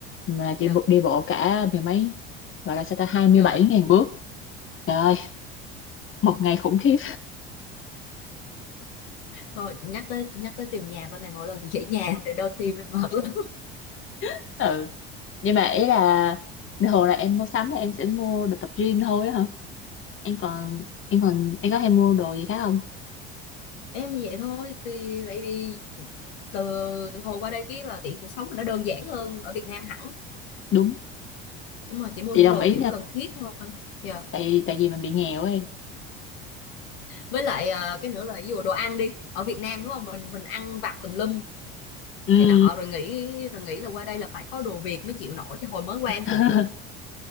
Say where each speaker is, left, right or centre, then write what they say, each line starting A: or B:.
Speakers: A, on the left; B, on the left.
A: mà chị
B: dạ
A: bộ- đi bộ cả mười mấy gọi là sao ta hai mươi
B: dạ
A: bảy ngàn bước trời ơi một ngày khủng khiếp
B: thôi nhắc tới nhắc tới tìm nhà bên này mỗi lần chỉ nhà thì đau tim em mệt lắm
A: <laughs> ừ nhưng mà ý là thường là em mua sắm là em sẽ mua đồ tập gym thôi á hả em còn em còn em có hay mua đồ gì khác không
B: em thì vậy thôi thì tại vì từ hồi qua đây cái là tiện cuộc sống mình nó đơn giản hơn ở Việt Nam hẳn
A: đúng
B: nhưng mà chỉ mua
A: chị
B: những
A: đồng
B: đồ
A: ý
B: kiểu
A: nha
B: cần thiết thôi Dạ.
A: tại tại vì mình bị nghèo á em
B: với lại ờ, cái nữa là ví dụ đồ ăn đi ở Việt Nam đúng không mình mình ăn vặt tùm lum
A: ừ
B: này nọ rồi nghĩ rồi nghĩ là qua đây là phải có đồ Việt mới chịu nổi thì hồi mới qua
A: <laughs>
B: em cũng